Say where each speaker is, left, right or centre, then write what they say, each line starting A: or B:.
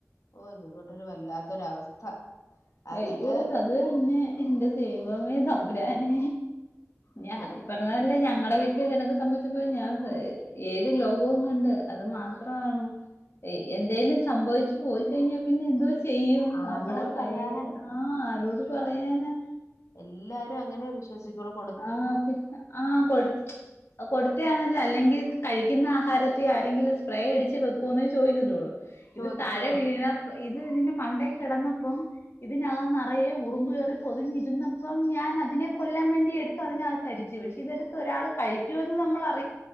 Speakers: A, on the left; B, on the left.
A: ഓ ഇത് കൊണ്ടൊരു വല്ലാത്തൊരവസ്ഥ എന്നിട്ട്
B: അയ്യോ അത് തന്നെ എന്റെ ദൈവമേ തമ്പുരാനെ ഞ
A: വെൽ-
B: ഇപ്പറഞ്ഞപോലെ ഞങ്ങടെ വീട്ട എനക്ക് സംഭവിച്ചപ്പോ ഞാൻ ഏഴ് ലോകോം കണ്ട് അത് മാത്രമാണോ എ എന്തേലും സംഭവിച്ചു പോയി കഴിഞ്ഞാൽ പിന്നെ എന്തോ ചെയ്യും
A: ആരോട്
B: നമ്മുടെ കൈ
A: പറയാനാ
B: ആ ആരോട് പറയാനാ
A: എല്ലാരും അങ്ങനെ വിശ്വസിക്കുള്ളു
B: ആ ആ കൊട് കൊടുത്യാ അല്ല അല്ലെങ്കിൽ കഴിക്കുന്ന ആഹാരത്തി ആരെങ്കിലും സ്പ്രേ അടിച്ച് വെക്കുവോന്നേ ചോദിക്കത്തുള്ളൂ ഇത്
A: ചോദിക്കുള്ളൂ
B: തഴെ വിണാ ഇത് ഇതിന് മണ്ടേ കിടന്നപ്പം ഇതിനകം നെറയെ ഉറുമ്പ് കേറി പൊതിഞ്ഞിരുന്നപ്പം ഞാൻ അതിനെ കൊല്ലാൻ വേണ്ടി എട് ടുത്ത് അതിനാത്ത് അടിച്ചു പക്ഷെ ഇതെടുത്ത് ഒരാൾ കഴിക്കുവെന്ന് നമ്മളർ